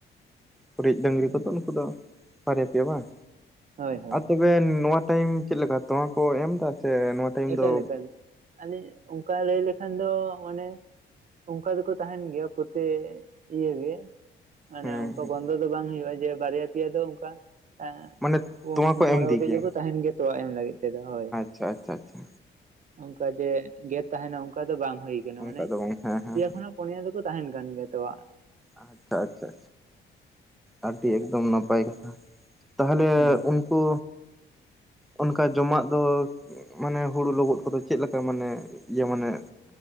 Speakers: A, in the centre; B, on the right.
A: ᱩᱨᱤᱡ ᱰᱟᱹᱝᱨᱤ ᱠᱚᱫᱚ
B: ᱮᱠᱟᱞ
A: ᱩᱱᱠᱩ ᱫᱚ ᱵᱟᱨᱭᱟ ᱯᱮᱭᱟ ᱵᱟᱝ
B: ᱦᱳᱭ ᱦᱳᱭ
A: ᱟᱨ ᱛᱚᱵᱮ ᱱᱚᱣᱟ ᱴᱟᱹᱭᱤᱢ ᱪᱮᱫ ᱞᱮᱠᱟ ᱛᱚᱣᱟ ᱠᱚ ᱮᱢ ᱮᱫᱟ ᱥᱮ ᱱᱚᱣᱟ ᱴᱟᱭᱤᱢ
B: ᱮᱠᱟᱞ-ᱮᱠᱟᱞ
A: ᱫᱚ
B: ᱟᱹᱞᱤᱧ ᱚᱱᱠᱟ ᱞᱟᱹᱭ ᱞᱮᱠᱷᱟᱱ ᱫᱚ ᱢᱟᱱᱮ ᱚᱱᱠᱟ ᱫᱚᱠᱚ ᱛᱟᱦᱮᱱ ᱜᱮᱭᱟ ᱯᱚᱨᱛᱮ ᱤᱭᱟᱹ ᱜᱮ ᱢᱟᱱᱮ
A: ᱦᱩᱸ
B: ᱚᱱᱠᱟ ᱵᱚᱱᱫᱚ ᱫᱚ ᱵᱟᱝ ᱦᱩᱭᱩᱜᱼᱟ ᱡᱮ ᱵᱟᱨᱭᱟ ᱯᱮᱭᱟ ᱫᱚ ᱚᱱᱠᱟ ᱮ
A: ᱢᱟᱱᱮ
B: ᱯᱩᱱᱭ
A: ᱛᱚᱣᱟ ᱠᱚ
B: ᱢᱚᱬᱮ
A: ᱮᱢ ᱤᱫᱤ
B: ᱜᱚᱴᱮᱡ
A: ᱜᱮᱭᱟ
B: ᱫᱚᱠᱚ ᱛᱟᱦᱮᱱ ᱜᱮᱭᱟ ᱛᱚᱣᱟ ᱮᱢ ᱞᱟᱹᱜᱤᱫ ᱛᱮᱫᱚ ᱦᱚᱭ
A: ᱟᱪᱷᱟ-ᱟᱪᱷᱟ, ᱟᱪᱷᱟ
B: ᱚᱱᱠᱟ ᱡᱮ ᱜᱮ ᱛᱟᱦᱮᱱᱟ ᱚᱱᱠᱟ ᱫᱚ ᱵᱟᱝ ᱦᱩᱭ ᱠᱟᱱᱟ
A: ᱚᱱᱠᱟ
B: ᱢᱟᱱᱮ
A: ᱫᱚ ᱵᱟᱝ ᱦᱮᱸ ᱦᱮᱸ
B: ᱡᱮᱠᱷᱚᱱᱟᱜ ᱯᱩᱱᱭᱟᱹ ᱫᱚᱠᱚ ᱛᱟᱦᱮᱱ ᱠᱟᱱ ᱜᱮᱭᱟ ᱛᱚᱣᱟᱜ
A: ᱟᱪᱷᱟ-ᱟᱪᱷᱟ ᱟᱹᱰᱤ
B: ᱚᱱᱠᱟ
A: ᱮᱠᱫᱚᱢ ᱱᱟᱯᱟᱭ ᱠᱟᱛᱷᱟ ᱛᱟᱦᱞᱮ
B: ᱦᱳᱭ
A: ᱩᱱᱠᱩ
B: ᱦᱳᱭ
A: ᱚᱱᱠᱟ ᱡᱚᱢᱟᱜ ᱫᱚ ᱢᱟᱱᱮ ᱦᱳᱲᱳ ᱞᱚᱵᱩᱜ ᱠᱚᱫᱚ ᱪᱮᱫ ᱞᱮᱠᱟ ᱢᱟᱱᱮ ᱤᱭᱟᱹ ᱢᱟᱱᱮ